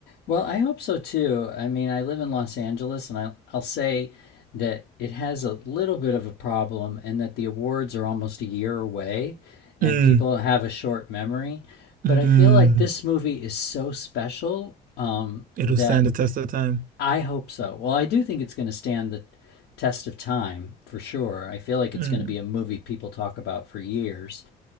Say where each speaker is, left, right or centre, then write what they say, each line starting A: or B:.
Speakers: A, on the left; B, on the right.
A: well i hope so too i mean i live in los angeles and I, i'll say that it has a little bit of a problem and that the awards are almost a year away and
B: Mm,
A: people have a short memory
B: mm.
A: but i feel like this movie is so special um,
B: It'll
A: that
B: stand the test of time.
A: i hope so well i do think it's going to stand the test of time for sure i feel like
B: Mm,
A: it's going to be a movie people talk about for years